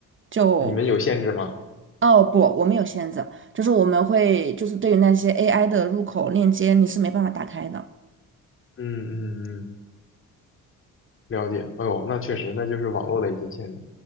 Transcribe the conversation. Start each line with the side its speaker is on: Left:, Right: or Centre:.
Right: 就
Left: 你们有限制吗？
Right: 哦不，我们有限制，就是我们会就是对于那些 AI 的入口链接，你是没办法打开的。
Left: 嗯嗯嗯，了解。哎呦，那确实，那就是网络的一些限制。